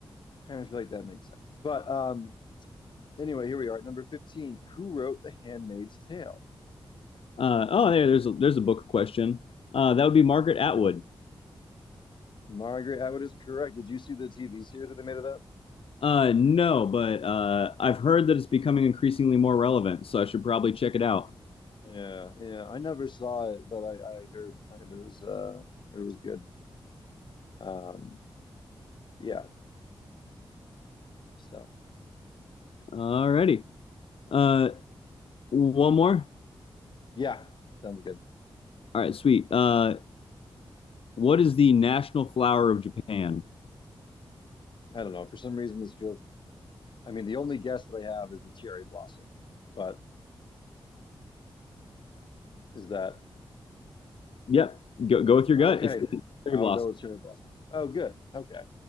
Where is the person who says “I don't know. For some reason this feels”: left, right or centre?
Left